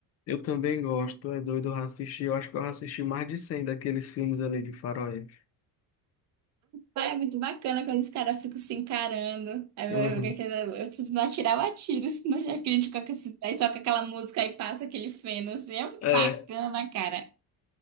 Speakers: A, on the left; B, on the right.
A: Eu também gosto, é doido, eu assisti, eu acho que eu assisti mais de 100 daqueles filmes ali de faroeste.
B: Ai, é muito bacana quando os caras ficam se encarando. Aí
A: Uhum.
B: eu, eu, eu, eu, se não atirar, eu atiro, senão já crítico. Aí toca aquela música e passa aquele feno, assim. É muito
A: É,
B: bacana, cara.